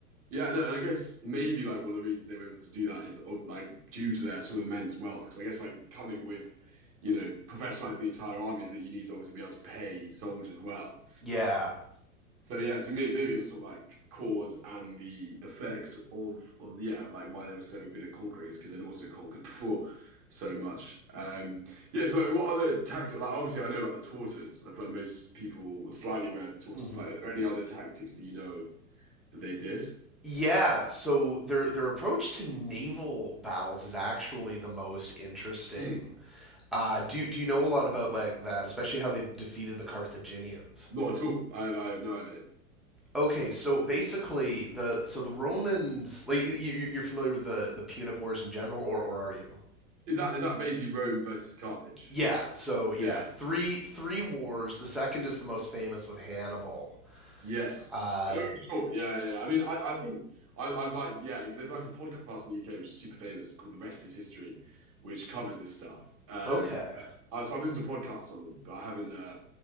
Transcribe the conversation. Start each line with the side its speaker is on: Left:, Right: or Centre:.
Right: Yeah, no, and I guess maybe like one of the reasons they were able to do that is uh, like due to their sort of immense wealth. Because I guess like coming with, you know, professionalizing the entire army is that you need to obviously be able to pay soldiers well.
Centre: Yeah.
Right: So yeah, so maybe, maybe it was sort of like cause and the effect of of yeah, of, like why they were so good at conquering is because they'd also conquered before so much. Um, yeah, so like what other tactics? Like obviously, I know about the tortoise. I feel like most people were slightly aware of the tortoise,
Centre: Mm-hmm.
Right: but like, are there any other tactics that you know of that they did?
Centre: Yeah, so their their approach to naval battles is actually the most interesting.
Right: Hmm,
Centre: Uh, do do you know a lot about like that, especially how they defeated the Carthaginians?
Right: not at all. I have, I have no idea.
Centre: Okay, so basically the so the Romans like you, you you're familiar with the the Punic Wars in general, or or are you?
Right: Is that is that basically Rome versus Carthage?
Centre: Yeah, so yeah,
Right: Yeah, yeah.
Centre: three three wars. The second is the most famous with Hannibal.
Right: Yes.
Centre: Uh,
Right: Oh, sure. Yeah, yeah. yeah. I mean, I, I think I, I've like, yeah, there's like a podcast in the UK which is super famous called The Rest is History, which covers this stuff. Um,
Centre: okay.
Right: uh, so I've listened to podcasts on them, but I haven't. Uh,